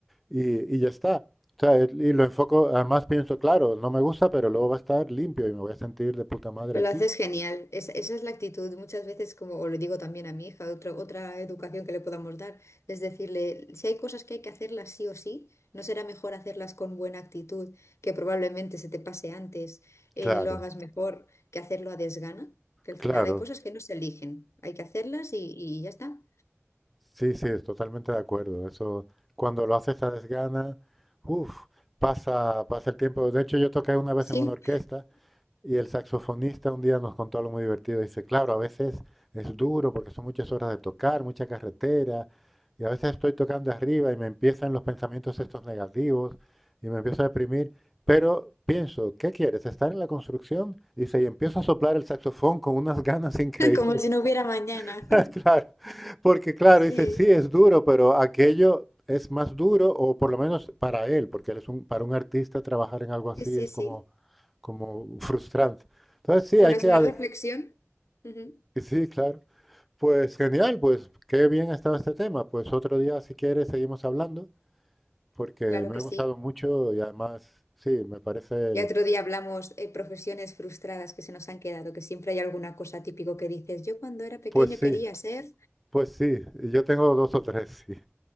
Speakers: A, in the centre; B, on the left.
A: y, y ya está. O sea, el- y lo enfoco, además pienso, claro, no me gusta, pero luego va a estar limpio y me voy a sentir de puta madre
B: Pero
A: aquí.
B: lo haces genial. Es- esa es la actitud. Muchas veces, como le digo también a mi hija, otra otra educación que le podamos dar, es decirle, si hay cosas que hay que hacerlas sí o sí, ¿no será mejor hacerlas con buena actitud, que probablemente se te pase antes, eh,
A: Claro,
B: lo hagas mejor, que hacerlo a desgana? Que al
A: claro.
B: final hay cosas que no se eligen. Hay que hacerlas y, y ya está.
A: Sí, sí, es totalmente de acuerdo. Eso, cuando lo haces a desgana, uff, pasa, pasa el tiempo. De hecho, yo toqué una vez
B: Sí.
A: en una orquesta Y el saxofonista un día nos contó algo muy divertido. Dice, claro, a veces es duro porque son muchas horas de tocar, mucha carretera, y a veces estoy tocando arriba y me empiezan los pensamientos estos negativos y me empiezo a deprimir, pero pienso, ¿qué quieres? ¿Estar en la construcción? Dice, y empiezo a soplar el saxofón con unas ganas increíbles.
B: <laughs> Como si no hubiera mañana.
A: <laughs>
B: <laughs>
A: Claro, porque claro,
B: Sí,
A: dice, sí, es duro, pero aquello es más duro, o por lo menos para él, porque él es un, para un artista trabajar en algo así
B: sí, sí.
A: es
B: sí.
A: como, como <laughs> frustrante. Entonces, sí, hay
B: Bueno,
A: que...
B: es una
A: ad-
B: reflexión. Ujú,
A: Sí, claro. Pues genial, pues qué bien ha estado este tema. Pues otro día, si quieres, seguimos hablando, porque
B: Claro
A: me
B: que
A: ha gustado
B: sí.
A: mucho y además, sí, me parece...
B: Ya otro día hablamos eh, profesiones frustradas que se nos han quedado, que siempre hay alguna cosa típico que dices, yo cuando era pequeño
A: Pues sí,
B: quería ser.
A: pues sí, yo tengo dos o tres, <laughs> sí.